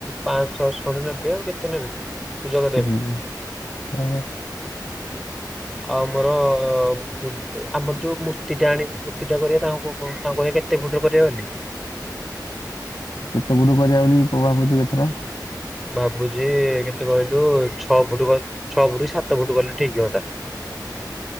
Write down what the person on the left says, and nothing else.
ହଁ
ହଉ।
କେତେ ଫୁଟୁ କରିବା ବୋଲି ପ ଭାବୁଚୁ ଏଥର।